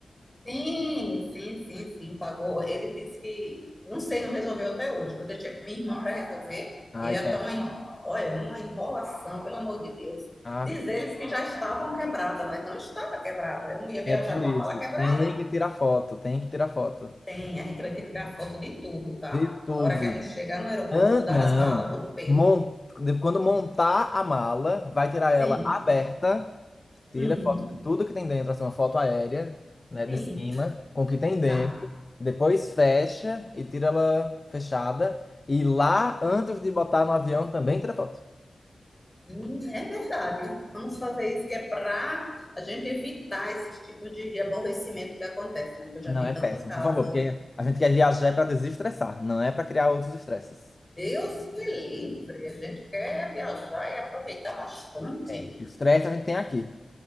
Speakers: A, on the left; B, on the left.
A: Sim, sim, sim, sim, pagou. Ele disse que, não sei, não resolveu até hoje, eu deixei com minha irmã para resolver,
B: Ai,
A: e é
B: péssimo.
A: tão, en- olha, uma enrolação, pelo amor de Deus.
B: Ah,
A: Diz eles que já estavam quebradas, mas não estava quebrada. Eu não ia viajar
B: é por
A: com
B: isso.
A: a mala quebrada.
B: Tem que tirar foto, tem que tirar foto.
A: Tem, a gente vai ter que tirar foto de tudo, tá?
B: De tudo.
A: Na hora que a gente chegar no aeroporto,
B: Hã?
A: dá
B: não.
A: as malas, todo peso.
B: Mon- de- Quando montar a mala, vai tirar
A: Sim,
B: ela aberta Tira
A: hum,
B: foto de tudo que tem dentro, assim, uma foto aérea, né,
A: sim,
B: de cima, com o que tem dentro.
A: tá.
B: Depois fecha e tira ela fechada. E lá, antes de botar no avião, também tira foto.
A: Hum, É verdade. Vamos fazer isso que é para a gente evitar esses tipos de, de aborrecimento que acontece, né? Que eu já
B: Não,
A: vi
B: é
A: tanto
B: péssimo,
A: caso.
B: por favor, porque a gente quer viajar para desestressar, não é para criar outros estresses.
A: Deus me livre. A gente quer viajar e aproveitar bastante.
B: É, o estresse a gente tem aqui.